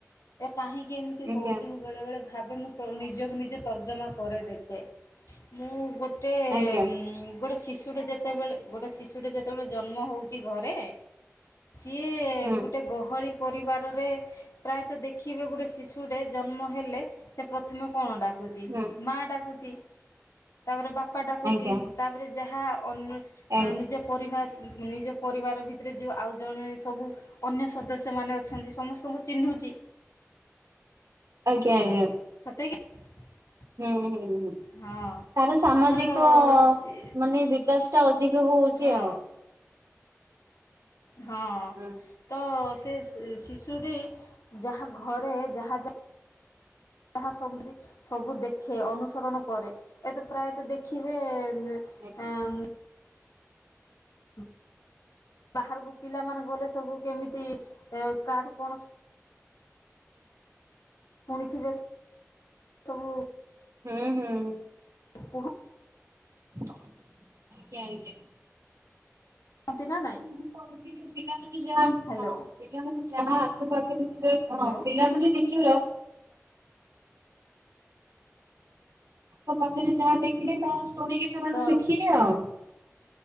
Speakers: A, on the left; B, on the right.
A: ଏକ କାହିଁକି ଏମିତି
B: ଆଜ୍ଞା
A: ହଉଛି ମୁଁ ବେଳେବେଳେ ଭାବେ ମୁଁ ନିଜକୁ ନିଜେ ତର୍ଜମା କରେ ଦେଖେ ମୁଁ ଗୋଟେ ଗୋଟେ
B: ଆଜ୍ଞା
A: ହଁ ଗୋଟେ ଶିଶୁ ଶିଶୁଟା ଯେତେବେଳେ ଗୋଟେ ଶିଶୁଟେ ଯେତେବେଳେ ଜନ୍ମ ହଉଛି ଘରେ ସିଏ
B: ହୁଁ।
A: ଗୋଟେ ଗହଳି ପରିବାରରେ ପ୍ରାୟ ମତେ ଦେଖିବେ ଗୋଟେ ଶିଶୁଟେ ଜନ୍ମ ହେଲେ ସେ ପ୍ରଥମେ କଣ ଡାକ କୁଚି
B: ହୁଁ
A: ମା ଡାକୁଛି। ତାପରେ ବାପ୍ ପା ଡାକୁଛି
B: ଆଜ୍ଞା
A: ତାପରେ ଯାହା ଅନୁ
B: ଆଜ୍ଞା
A: ନିଜ ପରିବାର୍ ନିଜ ପରିବାର ଭିତରେ ଯଉ ଆଉ ଜଣେ ସବୁ ଅନ୍ୟ ସଦସ୍ୟମାନେ ଅଛନ୍ତି ସମସ୍ତଙ୍କୁ ଚିହ୍ନୁଚି।
B: ଆଜ୍ଞା ଆଜ୍ଞା।
A: <unintelligible>
B: ହୁଁ ହୁଁ ହୁଁ
A: ହଁ
B: ତାର ସାମାଜିକ
A: ତ ସେ
B: ମାନେ ବିକାଶ୍ ଟା ଅଧିକ ହଉଚି
A: ହଁ
B: ଆଉ
A: ହଁ
B: ହୁଁ
A: ତ ସେ ଶିଶୁଟି ଯାହା ଘରେ ଯାହା ଯା ଯାହା ସବୁ ଦେଖେ ଅନୁସରଣ କରେ ଏତ ପ୍ରାୟତଃ ଦେଖିବେ <unintelligible>
B: ଆଜ୍ଞା।
A: ଏଁ <inaudible> ବାହାରକୁ ପିଲାମାନେ ଗଲେ ସବୁ କେମିତି କାହାଠୁ କଣ ଶୁଣିଥିବେ, ସବୁ
B: ହୁଁ, ହୁଁ।
A: ଉ ହୁ
B: ଆଜ୍ଞା, ଆଜ୍ଞା।
A: କୁହନ୍ତି ନା ନାଇଁ
B: ମୁଁ କହିବି ଯେ ପିଲାମାନେ ଯାହା
A: ହ୍ୟାଲୋ।
B: ହଁ, ପିଲାମାନେ ଯାହା ଆଖ ପାଖରେ ସେ ହଁ,
A: ହ୍ୟାଲୋ।
B: ପିଲାମାନେ ନିଜର ମୋ ପାଖରେ ଯାହା ଦେଖିଲେ, ତାହା ଶୁଣିକି ସେମାନେ
A: ତ
B: ଶିଖିଲେ ଆଉ।